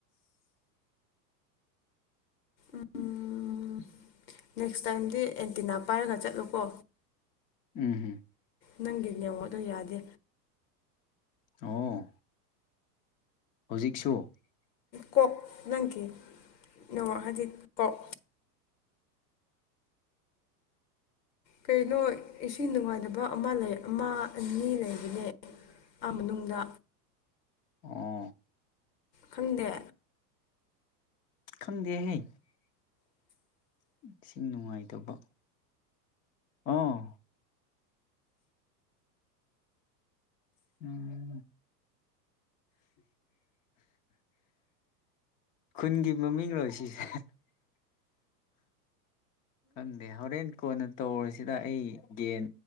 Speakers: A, on the left; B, on the left.
A: ꯎꯝ ꯅꯦꯛꯁ ꯇꯥꯏꯝꯗꯤ ꯑꯦꯟꯇꯤꯅꯥ ꯄꯥꯏꯔꯥꯒꯥ ꯆꯠꯂꯨꯀꯣ
B: ꯎꯝ ꯍꯨꯝ
A: ꯅꯪꯒꯤ ꯅꯦꯠꯋꯥꯛꯇꯣ ꯌꯥꯗꯦ
B: ꯑꯣ ꯍꯨꯖꯤꯛꯁꯨ
A: ꯀꯣꯛ ꯅꯪꯒꯤ ꯅꯣ ꯍꯥꯏꯗꯤ ꯀꯣꯛ ꯀꯩ ꯂꯣꯏ ꯏꯁꯤꯡ ꯅꯨꯡꯉꯥꯏꯇꯥꯕ ꯑꯃ ꯂꯩ ꯑꯃ ꯑꯅꯤ ꯂꯩꯕꯥꯅꯦ ꯑꯃꯥꯅꯨꯡꯗꯥ
B: ꯑꯣ
A: ꯈꯪꯗꯦ
B: ꯈꯪꯗꯦꯍꯦ ꯏꯁꯤꯡ ꯅꯨꯡꯉꯥꯏꯇꯥꯕ ꯑꯥꯎ ꯎꯝ ꯈꯨꯟꯒꯤ ꯃꯃꯤꯡ ꯂꯣ ꯁꯤꯁꯦ ꯈꯪꯗꯦ ꯍꯣꯔꯦꯟ ꯀꯣꯟꯅ ꯇꯧꯔꯤꯁꯤꯗ ꯑꯩ ꯒꯦꯟ